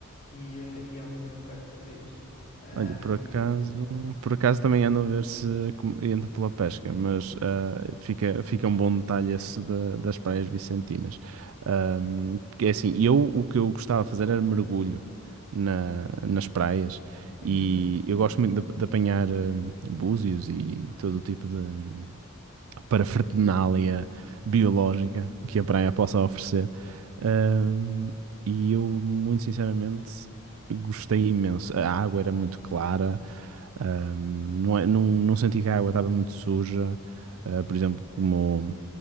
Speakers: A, on the left; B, on the right.
A: e, eh, e é um dos meus locais preferidos. Ahm,
B: olha, por acaso, por acaso também ando a ver se com- entra pela pesca, mas ah, fica, fica um bom detalhe esse da- das praias vicentinas. Ahm, porque é assim, eu o que eu gostava de fazer era mergulho na- nas praias
A: Uhum.
B: e eu gosto muito de, de apanhar ahm, búzios e todo o tipo de, para fertinália biológica que a praia possa oferecer. Ahm, e eu, muito sinceramente, gostei imenso. A água era muito clara, ahm, não, é- não, não senti que a água estava muito suja, ah, por exemplo, como